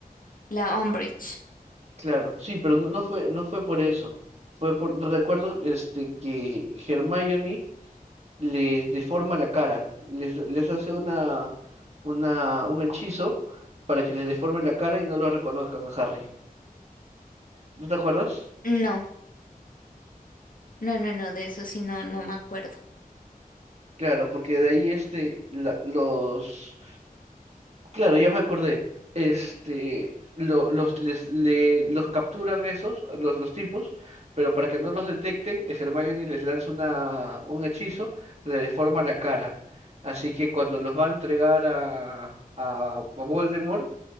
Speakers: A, on the left; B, on the right.
A: la Umbridge.
B: claro, sí, pero no, no fue, no fue por eso. Fue por, recuerdo, este, que Hermione les deforma la cara, les, les hace una, una, un hechizo para que les deforme la cara y no lo reconozcan a Harry. ¿No te acuerdas?
A: No, no, no, no, de eso sí no, no me acuerdo.
B: Claro, porque de ahí, este, la- los Claro, ya me acordé. Este, lo- los, les- le- los capturan esos, a los, los tipos, pero para que no los detecten, eh, Hermione les lanza una, un hechizo, le deforma la cara. Así que cuando los va a entregar a, a, a Voldemort,